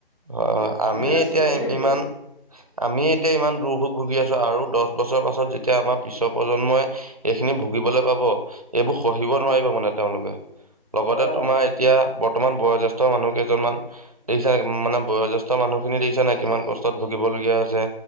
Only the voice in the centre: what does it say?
এইটো এটা
চিন্তনীয় বিষয়।
অ